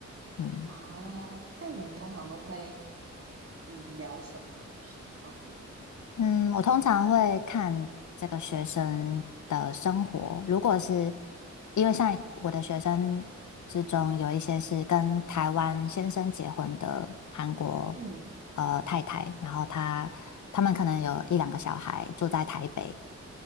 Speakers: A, on the left; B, on the right.
A: 嗯。
B: 啊，看你们通常都会嗯聊什么东西比较多？
A: 嗯，我通常会看这个学生的生活。如果是因为像我的学生之中，有一些是跟台湾先生结婚的韩国
B: 嗯
A: 呃太太，然后他他们可能有一两个小孩住在台北，